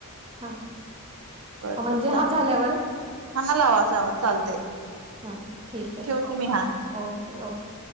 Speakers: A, on the right; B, on the right.
A: हा.
B: बर,
A: म्हणजे
B: बर चालतंय.
A: हा झाल्यावर
B: हा लावा, लावा चालतंय.
A: हा ठीक आहे.
B: ठेवते मी हा.
A: Okay, okay.